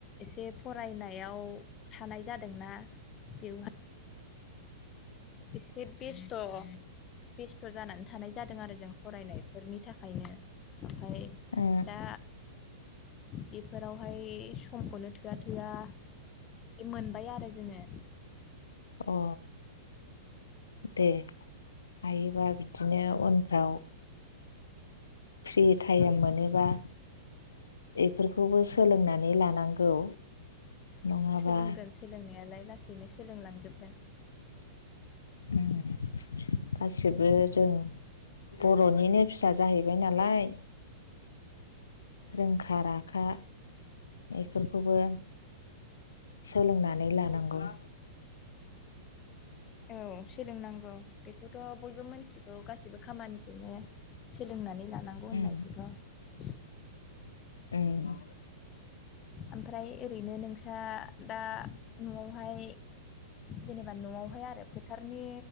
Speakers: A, on the left (about 30°); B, on the left (about 80°).
A: एसे फरायनायाव थानाय जादोंना बेवहा एसे बेस्थ' बेस्थ' जानानै थानाय जादों आरो जों फरायनाय फोरनि थाखायनो ओमफाय
B: अ
A: दा बेफोरावहाय समखौनो थोआ थोआ दि मोनबाय आरो जोङो।
B: अ दे। हायोबा बिदिनो उनफ्राव फ्रि टायम मोनोबा एफोरखौबो सोलोंनानै लानांगौ। नङाबा
A: सोलोंगोन सोलोंनायालाय लासैनो सोलोंलांजोबगोन।
B: उम गासिबो जों बर'निनो फिसा जाहैबाय ना लाय रोंखा राखा बेफोरखौबो सोलोंनानै लानांगौ।
A: औ। सोलोंनांगौ बेखौथ' बयबो मिथिगौ गासिबो खामानिखौनो सोलोंनानै ला नांगौ होननायखौथ'
B: उम उम ‌।
A: आमफ्राय ओरैनो नोंस्रा दा न'आवहाय जेनेबा न'आवहाय आरो फोथारनि